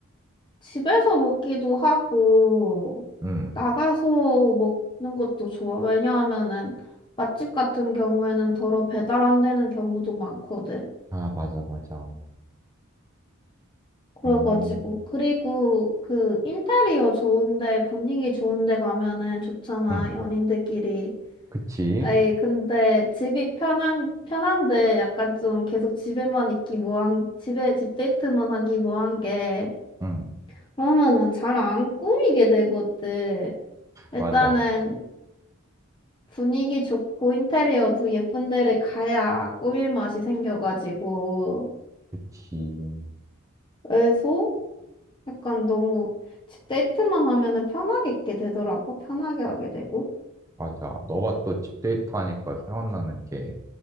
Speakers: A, on the left (about 25°); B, on the right (about 15°).
A: 집에서 먹기도 하고
B: 음.
A: 나가서 먹는 것도 좋아. 왜냐하면은 맛집 같은 경우에는 더러 배달 안 되는 경우도 많거든.
B: 아, 맞아, 맞아.
A: 그래가지고
B: 음,
A: 그리고 그 인테리어 좋은데 분위기 좋은데 가면은 좋잖아
B: 응,
A: 연인들끼리.
B: 그치.
A: 에이 근데 집이 편한 편한데 약간 좀 계속 집에만 있기 뭐한 집에 집 데이트만 하기 뭐한 게
B: 응,
A: 그러면은 잘 안 꾸미게 되거든. 일단은
B: 맞아.
A: 분위기 좋고 인테리어도 예쁜 데를 가야 꾸밀 맛이 생겨가지고
B: 그치.
A: 그래서 약간 너무 집 데이트만 하면은 편하게 있게 되더라고 편하게 하게 되고
B: 맞아. 너가 또 집데이트 하니까 생각나는 게